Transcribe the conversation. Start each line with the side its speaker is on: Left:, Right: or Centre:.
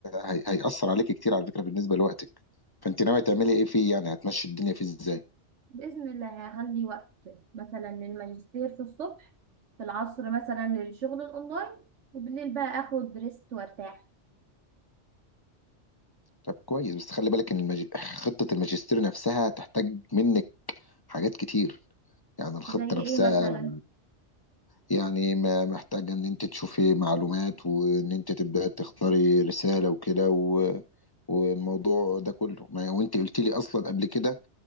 Left: هي... هيأثر عليك كتير على فكره بالنسبه لوقتك فانت ناويه تعملي ايه فيه يعني هتمشي الدنيا فيه ازاي
Right: بإذن الله هخلي وقت مثلا للماجستير في الصبح في العصر مثلا للشغل الأونلاين وبالليل بقى آخد ريست وارتاح
Left: طب كويس بس خلي بالك ان المج... خطه الماجستير نفسها تحتاج منك حاجات كتير يعني الخطه
Right: زي
Left: نفسها
Right: إيه مثلا؟
Left: يعني ما محتاجه ان انت تشوفي معلومات وان انت تبداي تختاري رساله وكده و... والموضوع ده كله ما وانت قلت لي اصلا قبل كده